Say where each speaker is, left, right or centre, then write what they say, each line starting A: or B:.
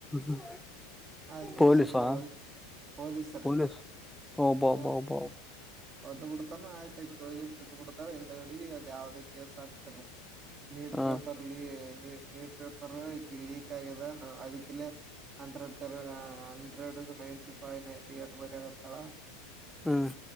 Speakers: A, in the centre; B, on the right.
A: ಹ್ಮ್
B: ಆಯ್ತು
A: ಪೊಲೀಸಾ
B: ಈಗ ಸೀದಾ ಹ <unintelligible> ಹಓದ ಸರ
A: ಪೊಲೀಸ್ ಒಬ್ಬ
B: ಹ್ಮ್
A: ಒಬ್ಬ ಒಬ್ಬ
B: ಒದ್ದ್ ಬಿಡ್ತಾನ ಆಯ್ತದ್ದ್ ಬಿಡ್ತಾ ಹಿಂದ ಅಡಿಗೆ ಅದ್ ಯಾವ್ದ ಕೆಲ್ಸ ಆಗ್ತಾರೀ ಲೀಡ್
A: ಹ
B: ಪೇಪರ್ ಲಿ ಲೀಡ್ ಪೇಪರ್ ಲೀಕ್ ಆಗಿದೆ ಅದಕಲ್ಲ ಹಂಡ್ರೆಡ್ ಕರೆ hundred ninety five ninety eight ಬರಿ ಆಗತ್ತಳ
A: ಹ್ಮ್